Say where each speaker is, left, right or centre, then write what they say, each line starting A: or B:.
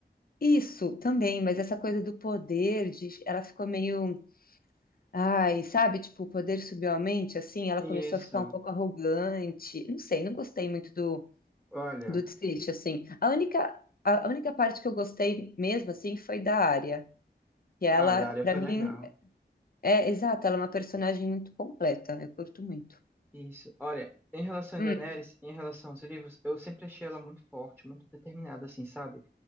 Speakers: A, on the left; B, in the centre.
A: Isso também, mas essa coisa do poder, de- ela ficou meio, ai, sabe, tipo, o poder subiu a mente, assim, ela
B: Isso.
A: começou a ficar um pouco arrogante. Não sei, não gostei muito do,
B: Olha,
A: do desfecho, assim. A única, a a única parte que eu gostei mesmo, assim, foi da área. E ela,
B: a Daria
A: pra
B: foi
A: mim,
B: legal.
A: é exato, ela é uma personagem muito completa, eu curto muito.
B: Isso. Olha, em relação
A: Hum,
B: a Daenerys, em relação aos livros, eu sempre achei ela muito forte, muito determinada, assim, sabe?